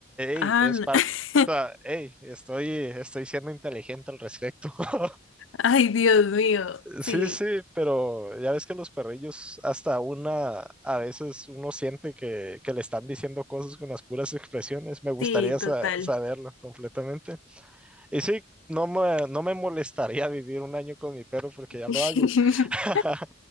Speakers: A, on the left; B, in the centre.
A: Ah,
B: ey, es
A: n-
B: parte,
A: <laughs>
B: o sea, ey, estoy, estoy siendo inteligente al respecto. <laughs>
A: Ay, Dios mío.
B: Sí,
A: Sí,
B: sí, pero ya ves que los perrillos, hasta una, a veces uno siente que, que le están diciendo cosas con las puras expresiones. Me gustaría
A: sí,
B: sa-
A: total.
B: saberlo completamente. Y sí, no me, no me molestaría <laughs> vivir un año con mi perro porque ya
A: <laughs>
B: lo hago. <laughs>